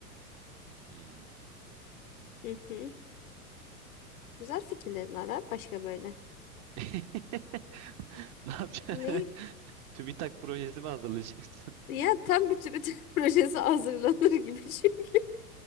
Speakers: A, on the right; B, on the left.
A: Hmm.
B: Hı hı. Güzel fikirlerin var ha başka böyle.
A: <laughs> Ne yapacaksın?
B: Ne?
A: <laughs> TÜBİTAK projesi mi hazırlayacaksın?
B: Ya tam bütün bütün <laughs> projesi hazırlanır gibi çünkü.